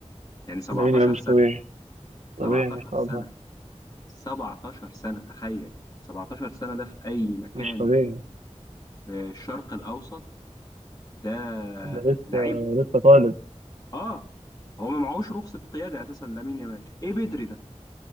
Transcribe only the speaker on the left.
يعني 17
سنة
17
سنة
17 سنة تخيل 17 سنة ده في أي مكان
في الشرق الأوسط ده
لعيب
آه هو ما معهوش رخصة قيادة أساسا لامين يامال إيه بدري ده